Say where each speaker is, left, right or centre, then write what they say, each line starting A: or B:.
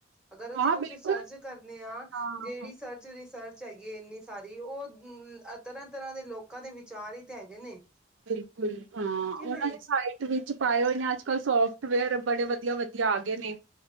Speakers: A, in the centre; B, on the right (about 65°).
A: ਅਗਰ ਅਸੀ
B: ਹਾਂ
A: ਕੁਛ
B: ਬਿਲਕੁਲ
A: ਸਰਚ ਕਰਨੇ ਆ
B: ਹਾਂ
A: ਜੇੜੀ ਸਰਚ ਰਿਸਰਚ ਹੈਗੀ ਹੈ ਏਨੀ ਸਾਰੀ ੳਹ ਤਰਾਂ ਤਰਾਂ ਦੇ ਲੋਕ ਕਾਂ ਦੇ ਵਿਚਾਰ ਹੀ ਤੇ ਹੈਗੇ ਨੇ।
B: ਬਿਲਕੁਲ ਹਾਂ
A: ਕਿ ਨਹੀਂ
B: ੳਨਾਂ ਦੇ ਸਾਇਡ ਵਿੱਚ ਪਾਏ ਹੋਏ ਨੇ, ਅੱਜ ਕਲ ਸੋਫਟਵੇਅਰ ਬੜੇ ਵਧੀਆ ਵਧੀਆ ਆ ਗਏ ਨੇ।